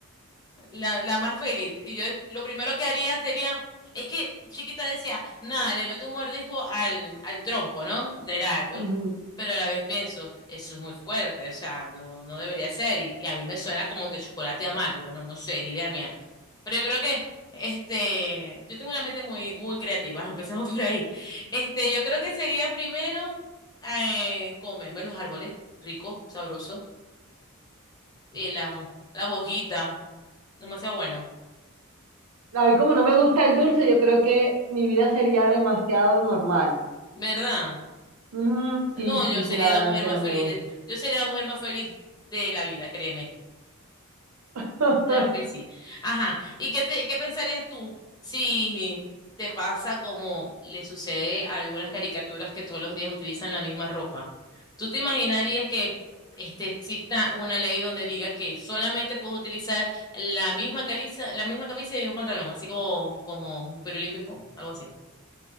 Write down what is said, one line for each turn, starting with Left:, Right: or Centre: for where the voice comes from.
Left: La, la más feliz. Y yo lo primero que haría sería. Es que chiquita decía, nada, le meto un mordisco al, al tronco, ¿no? Del árbol.
Right: Ujú.
Left: Pero a la vez pienso, eso es muy fuerte, o sea, no, no debería ser. Y, y a mí me suena como que chocolate amargo, no, no sé, es idea mía. Pero yo creo que, este, yo tengo una mente muy, muy creativa, <laughs> empecemos por ahí. Este, yo creo que sería primero eh, comerme los árboles, rico, sabroso, y las, las hojitas, demasiado bueno,
Right: A mí como no me gusta el dulce, yo creo que mi vida sería demasiado normal.
Left: ¿verdad?
Right: Ujú,
Left: No,
Right: sí,
Left: yo
Right: sí,
Left: sería
Right: sí, la verdad
Left: la mujer
Right: es que
Left: más
Right: no
Left: feliz
Right: me
Left: de- yo sería la mujer más feliz de la vida, créeme.
Right: gusta.
Left: Claro que
Right: <laughs>
Left: sí. Ajá. ¿Y qué te- qué pensarías tú si te pasa como le sucede a algunas caricaturas que todos los días utilizan la misma ropa? ¿Tú te imaginarías que este, exista una ley donde diga que solamente puedes utilizar la misma camisa, la misma camisa y el mismo pantalón, así como como pirulín ping pong, algo así?